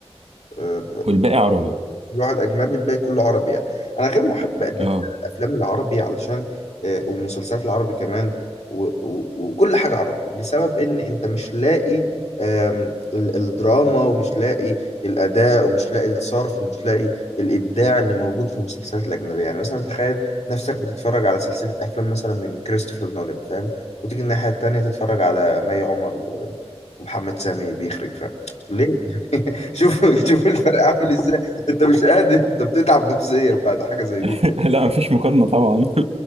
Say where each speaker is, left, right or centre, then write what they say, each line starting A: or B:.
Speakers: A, on the left; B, on the right.
A: آه
B: والباقي عربي
A: الواحد اجنبي الباقي كله عربي يعني انا غير محب قد
B: اه
A: كده الافلام العربي علشان آه، ومسلسلات العربي كمان و- و- وكل حاجه عربي لسبب ان انت مش لاقي آم، ال- الدراما ومش لاقي الاداء ومش لاقي الصرف ومش لاقي الابداع اللي موجود في المسلسلات الاجنبيه يعني مثلا تخيل نفسك بتتفرج على سلسله افلام مثلا من كريستوفر نولان فاهم وتيجي الناحيه التانيه تتفرج على مي عمر و- ومحمد سامي بيخرج فاهم ليه <laughs> شوف شوف الفرق عامل ازاي انت مش قادر انت بتتعب نفسيا بعد حاجه زي دي
B: <laughs> لا مفيش مقارنة طبعا